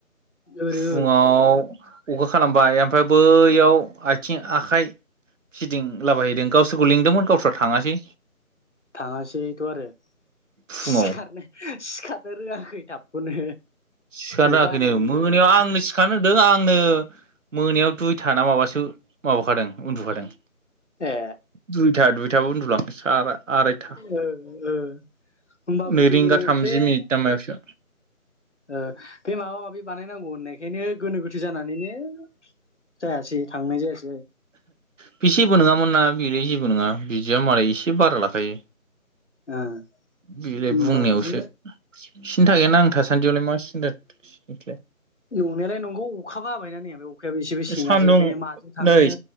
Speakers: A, on the left; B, on the right.
A: ओरै
B: फुङाव अखा खालामबाय ओमफ्राय बैयाव आथिं आखाइ फिदिंलाबायहैदों गावसोरखौ लिंदोंमोन गावस्रा थाङासै।
A: थाङासै थ' आरो
B: फुङाव
A: सिखारनो सिखारनो रोङाखै थाबखौनो।
B: सिखारनो
A: अखा
B: होआखैनो
A: हानायजों
B: मोनायाव
A: जाबजों
B: आंनो सिखारनो रोंदों आं आंनो मोनायाव दुइथा ना माबासो माबाखादों उन्दुखादों।
A: ए
B: दुइथा दुइथायाव उन्दुलांदोंसो आराइ आराइथा
A: ओ ओ होमबाबो
B: नै
A: जेबो
B: रिंगा थामजि
A: बे
B: मिनिट ना मायावसो
A: ओ बे माबा माबि बानायनांगौ होननाय खायनो गोनो गोथो जानानैनो जायासै थांनाय जायासै
B: बि जेबो नङामोन ना बिलाय जेबो नङा बिदिया मालाय एसे बारा लाखायो।
A: ओ
B: बेलाय
A: होमबा
B: बुंनायावसो
A: बेखौनो
B: सिन्था गैयाना आं थासान्दियावलाय मा सि <inaudible>
A: नंनायालाय नंगौ अखाबो हाबायना नै अखायाबो एसेबो सेङासै
B: सान्दुं
A: बेखायनो माजों थांनो
B: नै